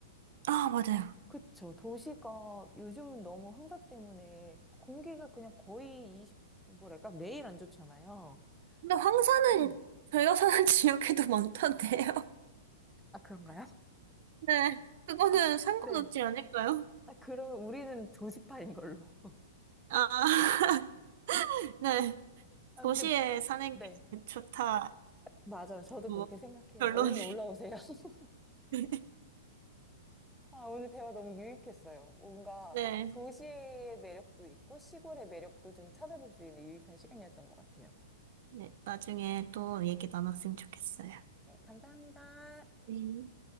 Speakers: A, on the right (about 50°); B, in the centre.
A: 아, 맞아요.
B: 그쵸. 도시가 요즘은 너무 황사 때문에 공기가 그냥 거의 20, 뭐랄까? 매일 안 좋잖아요.
A: 근데 황사는
B: 음.
A: 저희가 사는 <laughs> 지역에도 많던데요.
B: 아, 그런가요?
A: 네, 그거는
B: 아,
A: 상관없지
B: 네.
A: 않을까요?
B: 아, 그럼 우리는 도시파인 걸로.
A: 아, <laughs> 네,
B: <laughs> 아,
A: 도시에
B: 근데,
A: 사는
B: 네.
A: 게 좋다.
B: 맞아요. 저도
A: 뭐,
B: 그렇게 생각해요.
A: 결론을.
B: 얼른 올라오세요. <laughs>
A: <laughs>
B: 아, 오늘 대화 너무 유익했어요. 뭔가
A: 네,
B: 도시의 매력도 있고 시골의 매력도 좀 찾아볼 수 있는 유익한 시간이었던 것 같아요.
A: 네, 나중에 또 얘기 나눴으면 좋겠어요.
B: 네, 감사합니다.
A: 네.